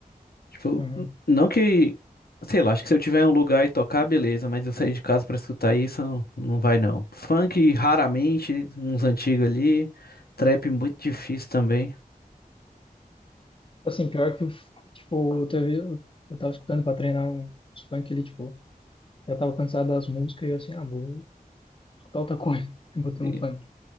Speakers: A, on the left; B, on the left.
A: Tipo,
B: Uhum.
A: n- não que, sei lá, acho que se eu tiver em um lugar e tocar, beleza, mas eu sair de casa pra escutar isso, não, não vai não. Funk, raramente, uns antigos ali. Trap, muito difícil também.
B: Assim, pior que, o f- tipo, teve, eu eu tava escutando pra treinar um uns funk ali, tipo, eu tava cansado das músicas e eu assim, ah, vou escutar outra coisa. <laughs> Eu botei
A: E-
B: um funk.